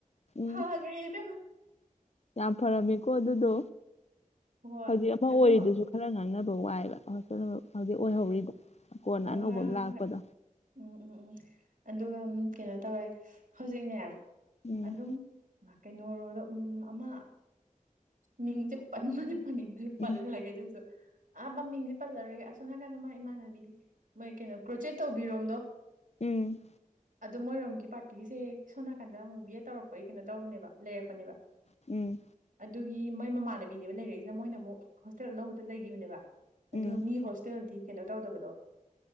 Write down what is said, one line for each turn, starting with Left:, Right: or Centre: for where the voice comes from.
Left: ꯎꯝ
Right: ꯐꯈ꯭ꯔꯦ ꯃꯦꯝ
Left: ꯌꯥꯝ ꯐꯔꯝꯃꯦꯀꯣ ꯑꯗꯨꯗꯣ
Right: ꯍꯣꯏ
Left: ꯍꯧꯖꯤꯛ ꯑꯃ ꯑꯣꯏꯔꯤꯗꯨꯁꯨ
Right: ꯑꯗꯣ
Left: ꯈꯔ ꯉꯥꯡꯅꯕ ꯋꯥꯏꯕ ꯍꯧꯖꯤꯛ ꯑꯣꯏꯍꯧꯔꯤꯗꯣ ꯀꯣꯟꯅ
Right: ꯍꯣꯏ
Left: ꯑꯅꯧꯕ
Right: ꯍꯣꯏ
Left: ꯑꯃ
Right: ꯍꯣꯏ
Left: ꯂꯥꯛꯄꯗꯣ
Right: ꯍꯣꯏ ꯎꯝ ꯎꯝ ꯎꯝ ꯑꯗꯨꯒ ꯀꯩꯅꯣ ꯇꯧꯋꯦ ꯍꯧꯖꯤꯛꯅꯦ
Left: ꯎꯝ
Right: ꯑꯗꯨꯝ ꯀꯩꯅꯣꯗ ꯑꯃ ꯃꯤꯡꯁꯦ ꯄꯟꯕꯗꯤ ꯃꯃꯤꯡꯁꯦ
Left: ꯎꯝ
Right: ꯄꯜꯂꯒꯦ ꯑꯗꯨꯁꯨ ꯑꯥ ꯃꯃꯤꯡꯁꯦ ꯄꯜꯂꯔꯣꯏꯒꯦ ꯑꯁꯣ ꯍꯥꯏꯅꯥꯀꯥꯟꯗ ꯃꯥ ꯏꯃꯥꯟꯅꯕꯤ ꯃꯣꯏ ꯀꯩꯅꯣ ꯀ꯭ꯔꯣꯆꯦꯠ ꯇꯧꯕꯤꯔꯣꯝꯗꯣ
Left: ꯎꯝ
Right: ꯑꯗꯣ ꯃꯣꯏꯔꯣꯝꯒꯤ ꯄꯥꯔꯇꯤꯁꯦ ꯁꯣꯝ ꯅꯥꯀꯟꯗ ꯑꯃꯨ ꯚꯕꯤꯦꯠ ꯇꯧꯔꯛꯄꯒꯤ ꯀꯩꯅꯣ ꯇꯧꯕꯅꯦꯕ ꯂꯩꯔꯛꯄꯅꯦꯕ
Left: ꯎꯝ
Right: ꯑꯗꯨꯒꯤ ꯒꯤ ꯃꯣꯏ ꯃꯃꯥꯟꯅꯕꯤꯅꯦꯕ ꯂꯩꯔꯛꯏꯁꯤꯅ ꯃꯣꯏꯅ ꯑꯃꯨꯛ ꯍꯣꯁꯇꯦꯜ ꯑꯅꯧꯕꯗ ꯂꯩꯈꯤꯕꯅꯦꯕ ꯑꯗꯨꯒ
Left: ꯎꯝ
Right: ꯃꯤ ꯍꯣꯁꯇꯦꯜꯗꯤ ꯀꯩꯅꯣ ꯇꯧꯗꯕꯗꯣ